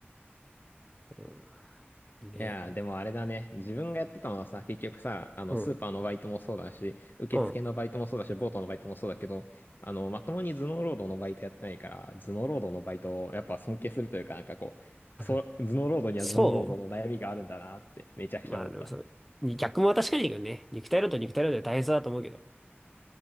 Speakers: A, in the centre; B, on the left.
A: うん。ね。
B: いやー、でもあれだね。自分がやってたのはさ、結局さ、あの、
A: うん。
B: スーパーのバイトもそうだし、受付のバイトもそうだし、
A: うん。
B: ボートのバイトもそうだけど、あの、まともに頭脳労働のバイトやってないから、頭脳労働のバイトをやっぱ尊敬するというか、なんかこう、
A: <laughs>
B: そう、頭脳労働には頭脳労働の悩みがあるんだなって、
A: そ
B: めちゃくちゃ思った。
A: うまあでもそう。に逆も確かにいいけどね。肉体労と肉体労働で大変そうだと思うけど。